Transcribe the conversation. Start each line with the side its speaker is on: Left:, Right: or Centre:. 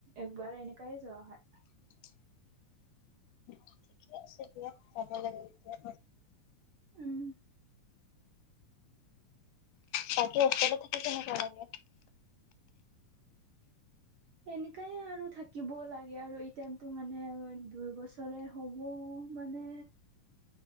Right: একবাৰ এনেকাই যোৱা হয়
Left: <inaudible> অ ঠিকে আছে দিয়া যাব লাগে এতিয়া
Right: উম
Left: বাকী অকলে থাকা কেনেকুৱা লাগে
Right: এনেকাই আৰু থাকিব লাগে আৰু এতিয়াতো মানে দুই বছৰে হ'ব মানে